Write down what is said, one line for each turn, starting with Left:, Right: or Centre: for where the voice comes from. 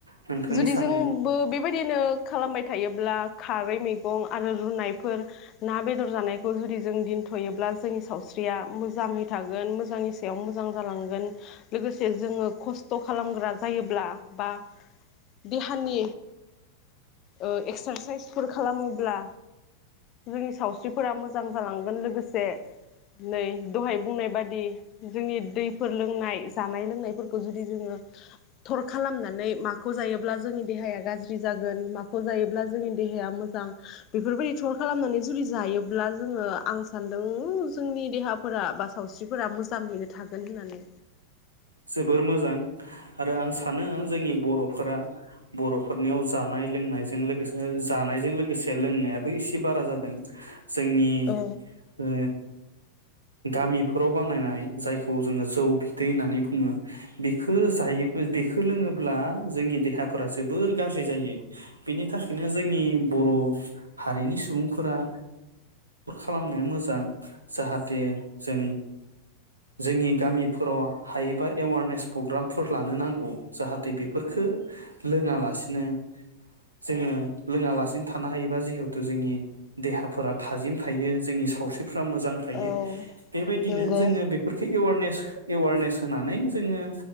Right: नोंथांनि
Left: जुदि
Right: साननाया
Left: जोंबो बे- बेबायदिनो खालामबाय थायोब्ला खारै मैगं आरो रुनायफोर ना बेदर जानायखौ जुदि जों दोनथयोब्ला जोंनि सावस्रिया मोजाङै थागोन मोजाङै सायाव मोजां जालांगोन लोगोसे जोङो खस्थ खालामग्रा जायोब्ला बा। देहानि ओ एक्सारसाइसफोर खालामोब्ला जोंनि सावस्रिफोरा मोजां जालांगोन लोगोसे नै दहाय बुंनाय बादि जोंनि दैफोर लोंनाय जानाय लोंनायफोरखौ जुदि जोङो थर खालामनानै माखौ जायोब्ला जोंनि देहाया गाज्रि जागोन माखौ जायोब्ला जोंनि देहाया मोजां बेफोरबायदि थर खालामनानै जुदि जायोब्ला जोङो आं सानदों जोंनि देहाफोरा बा सावस्रिफोरा मोजाङैनो थागोन होननानै
Right: जोबोर मोजां आरो आं सानो जोंनि बर'फोरा बर'फोरनि याव जानाय लोंनायजों लोगोसे जानायजों लोगोसे लोंनायाबो एसे बारा जादों। जोंनि
Left: औ
Right: ओ। गामिफोराव बानायनाय जायखौ जोङो जौ बिदै होननानै बुङो। बुङो बेखौ जायो बेखौ जायो लोङोब्ला जोंनि देहाफोरा जोबोर गाज्रि जायो बेनि थाखायनो जोंनि बर' हारिनि सुबुंफोरा खालामनाया मोजां जाहाथे जों जोंनि गामिफोराव हायोबा एवारनेस प्रग्रामफोर लानो नांगौ जाहाथे बेफोरफोरखो लोङालासिनो जोङो लोङालासिनो थानो हायोबा जिहेथु जोंनि देहाफोरा थाजिम थायो जोंनि सावस्रि फ्रा मोजां थायो
Left: औ
Right: बेबायदिनो
Left: नंगौ
Right: जोङो बेफोरखौ एवारनेस एवर्नेस होनानै जोङो